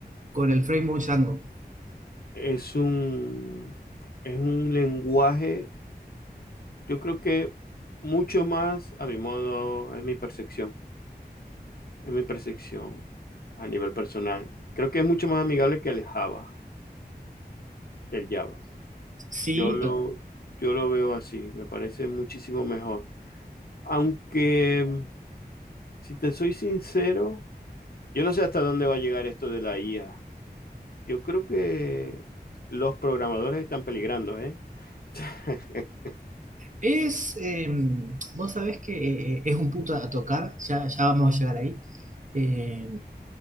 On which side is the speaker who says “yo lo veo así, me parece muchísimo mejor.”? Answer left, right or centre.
Left